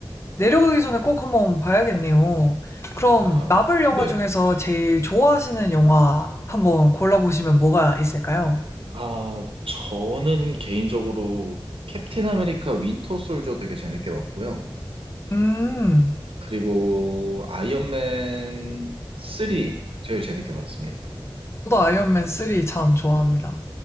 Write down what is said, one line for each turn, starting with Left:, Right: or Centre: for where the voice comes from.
Left: 내려가기 전에 꼭 한번 봐야겠네요. 그럼,
Right: 아,
Left: 마블 영화
Right: 네.
Left: 중에서 제일 좋아하시는 영화 한번 골라보시면 뭐가 있을까요?
Right: 아, 저는 개인적으로 캡틴 아메리카 윈터 솔저 되게 재밌게 봤고요.
Left: 음,
Right: 그리고 아이언맨 3 제일 재밌게 봤습니다.
Left: 저도 아이언맨 3 참 좋아합니다.